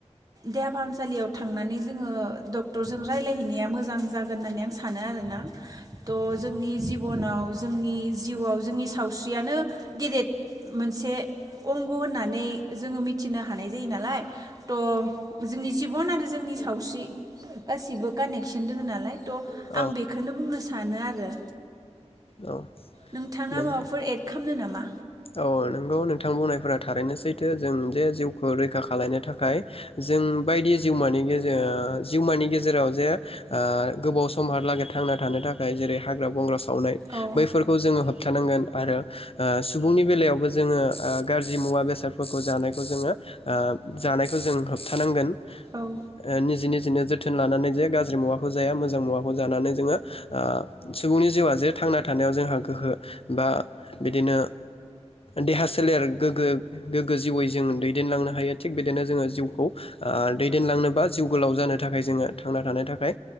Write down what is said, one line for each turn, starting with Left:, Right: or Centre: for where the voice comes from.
Right: देहा फाहामसालियाव थांनानै जोङो डक्टरजों रायलायहैनाया मोजां जागोन होननानै आं सानो- सानो आरोना थह जोंनि जिबनाव जोंनि जिउआव जोंनि सावस्रियानो गेदेर मोनसे अंग' होननानै जोङो मिथिनो हानाय जायो नालाय थ जोंनि जिबन आरो जोंनि सावस्रि गासिबो कानेक्सन दङ नालाय थ'
Left: औ
Right: आं बे खौनो बुंनो सानो आरो
Left: औ
Right: नोंथाङा
Left: नंगौ
Right: माबाफोर एड खालामनो नामा
Left: औ नोंगौ नोंथां बुंनायफोरा थारैनो सैथो जों जे जिउखौ रैखा खालायनो थाखाय जों बायदि जिउमानि गेजो आ जिउमानि गेजेराव जे ओ गोबाव समहालागै थांना थानो थाखाय जेरै हाग्रा बंग्रा सावनाय
Right: औ
Left: बैफोरखौ जोङो होबथानांगोन आरो ओ सुबुंनि बेलायावबो जोङो ओ गाज्रि मुवा बेसादफोरखौ जानायखौ जोङो ओ जानायखौ जों होबथानांगोन
Right: औ
Left: ओ निजे निजेनो जोथोन लानानै जे गाज्रि मुवाखौ जाया मोजां मुवाखौ जानानै जोङो ओ सुबुंनि जिउआ जे थांना थानायाव जोंहा गोहो बा बिदिनो देहा सोलेर गोग्गो गोग्गो जिउवै जों दैदेनलांनो हायो थिग बिदिनो जोङो जिउखौ ओ दैदेनलांनोबा जिउ गोलाव जानो थाखाय जोङो थांना थानो थाखाय